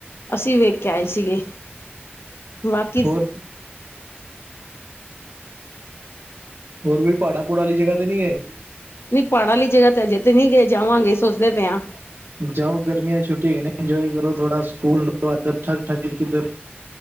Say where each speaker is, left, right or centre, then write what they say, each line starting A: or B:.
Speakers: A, on the left; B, on the right.
A: ਅਸੀਂ ਵੀ ਵੇਖ ਕੇ ਆਏ ਸੀਗੇ। ਬਾਕੀ
B: ਹੋਰ ਹੋਰ ਕੋਈ ਪਹਾੜਾ-ਪਹੂੜਾ ਵਾਲੀ ਜਗ੍ਹਾ ਤੇ ਨਹੀਂ ਗਏ?
A: ਨਹੀਂ ਪਹਾੜਾਂ ਵਾਲੀ ਜਗ੍ਹਾ ਤੇ ਹਜੇ ਤੇ ਨਹੀਂ ਗਏ ਜਾਵਾਂਗੇ ਸੋਚਦੇ ਪਏ ਆ।
B: ਜਾਓ ਗਰਮੀਆਂ ਦੀ ਛੁਟੀ ਹੈਗੀ ਨੇ, ਇੰਜੋਏ ਕਰੋ ਥੋੜਾ ਸਕੂਨ ਲਵੋ ਇਧਰ ਠਕ-ਠਕ 'ਚ ਕਿੱਧਰ।